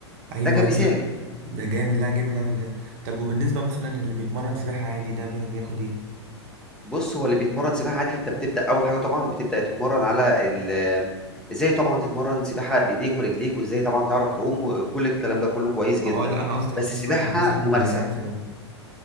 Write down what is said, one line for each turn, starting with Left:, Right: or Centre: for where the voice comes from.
Right: ايوه
Centre: ده كمثال
Right: ايوه ده جامد لا جامد أوي ده طب وبالنسبة مثلا اللي بيتمرن سباحة عادي ده بي- بياخد إيه؟
Centre: بص هو اللي بيتمرن سباحة عادي انت بتبدأ أول حاجة طبعا بتبدأ تتمرن على ال ازاي طبعا تتمرن سباحة بإيديك ورجليك وازاي طبعا تعرف تعوم وكل الكلام ده كله كويس جدا
Right: أه لا أنا قصدي قصدي
Centre: بس السباحة
Right: الواحد مثلا
Centre: ممارسة
Right: بيعرف يعوم